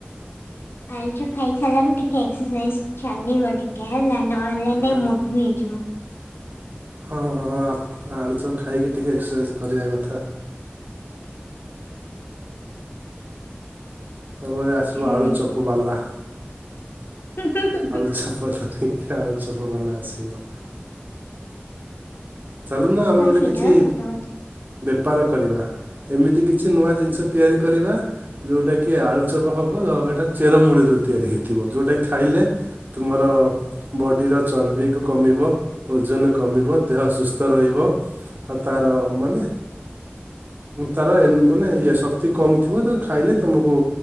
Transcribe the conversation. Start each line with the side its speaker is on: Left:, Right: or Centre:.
Left: ଆଲୁଚପ ଖାଇସାରିଲାପରେ ଟିକେ ଏକ୍ସରସାଇଜ ଚାଲିବ ଟିକେ ହେଲା ନ ହେଲେ
Right: ଆଉ
Left: ନାଇଁ ମୋଟୁ ହେଇଯିବ।
Right: ହଁ ହଁ ହଁ ହଁ ଆପ୍ ଆଳୁଚପ୍ ଖାଇକି ଟିକେ ଏକ୍ସରସାଇଜ୍ କରିବା କଥା। ଆମରେ ଆସିବ
Left: ହୁଁ।
Right: ଆଳୁଚପ ବାଲା।
Left: <inaudible>
Right: ଆଳୁଚପ୍ ତ ଦେଖିଆ ଆଳୁଚପ୍ ବାଲା ଆସିବ। ଚାଲୁନ ଆମେ
Left: ହଁ
Right: ଗୋଟେ
Left: ସେଇଟା
Right: କିଛି
Left: ତ ସତ କଥା।
Right: ବେପାର କରିବା। ଏମିତି କିଛି ନୂଆ ଜିନିଷ ତିଆରି କରିବା ଯୋଉଟାକି ଆଳୁଚପ୍ ହବ <unintelligible> ହେଟା ଚେରମୂଳିରୁ ତିଆରି ହୋଇଇଥିବ ଯୋଉଟା କି ଖାଇଲେ ତୁମର ବଡ଼ିର ଚର୍ବିକୁ କମିବ ଓଜନ କମିବ ଦେହ ସୁସ୍ ତ ରହିବ ଆଉ ତାର ମାନେ ତାର ମାନେ ଇଏ ଶକ୍ତି କମ୍ ଥିବ ତ ଖାଇଲେ ତମକୁ